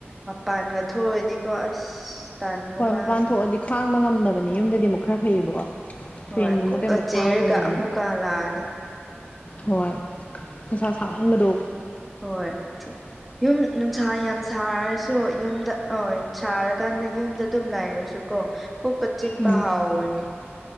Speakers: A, in the centre; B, on the left.
A: ꯃꯄꯥꯟꯒ ꯊꯣꯛ ꯑꯗꯤꯀꯣ ꯑꯁ ꯇꯟꯕ
B: ꯍꯣꯏ
A: ꯋꯥꯅꯦ
B: ꯃꯄꯥꯟ ꯊꯣꯛꯑꯗꯤ ꯈꯥꯡꯕ ꯉꯝꯗꯕꯅꯤ ꯌꯨꯝꯗꯗꯤ ꯑꯃꯨꯛ ꯈꯔ ꯐꯩꯌꯦꯕꯀꯣ
A: ꯍꯣꯏ
B: ꯐꯦꯟꯒꯨꯝꯕ
A: ꯀꯣꯛ
B: ꯀꯩꯒꯨꯝꯕ
A: ꯀ ꯆꯤꯛꯔꯒ
B: ꯊꯥꯕꯅꯤꯅ
A: ꯑꯃꯨꯛꯀ
B: ꯑꯗꯨꯝ
A: ꯍꯜꯂꯥꯛꯑꯅꯤ
B: ꯍꯣꯏ ꯅꯨꯡꯁꯥ ꯁꯥꯃꯟꯕꯗꯣ
A: ꯍꯣꯏ <unintelligible> ꯌꯨꯝ ꯅꯨꯡꯁꯥ ꯌꯥꯝ ꯁꯥꯔꯁꯨ ꯌꯨꯝꯗ ꯍꯣꯢ ꯁꯥꯔꯀꯥꯟꯗ ꯌꯨꯝꯗ ꯑꯗꯨꯝ ꯂꯥꯏꯔꯁꯨ ꯀꯣ ꯀꯣꯛꯀ ꯆꯤꯛꯄ
B: ꯎꯝ
A: ꯍꯧꯕꯅꯦ